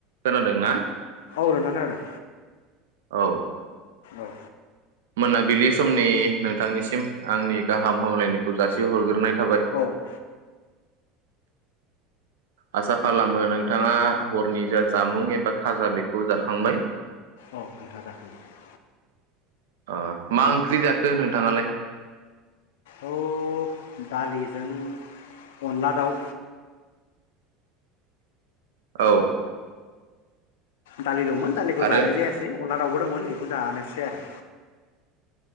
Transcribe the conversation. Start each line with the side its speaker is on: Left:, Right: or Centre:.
Right: खोनादोंना
Left: औ नोंथां खोनादों।
Right: औ।
Left: औ।
Right: मोनाबिलि समनि नोंथांनिसिम आंनि गाहाम हामलायनायखौ जासिहरग्रोनाय थाबाय
Left: औ
Right: आसा खालामो नोंथाङा हरनि जा जामुं एबा खाजा बेखौ जाखांबाय
Left: औ नोंथां जाखांबाय
Right: ओ मा ओंख्रि जाखो नोंथाङालाय?
Left: औ दालिजों अनला दाउ।
Right: औ
Left: दालि दं मोन दालिखौ
Right: आरो
Left: जानाय जायासै दावबो दंमोन बेखौ जानोसै आरो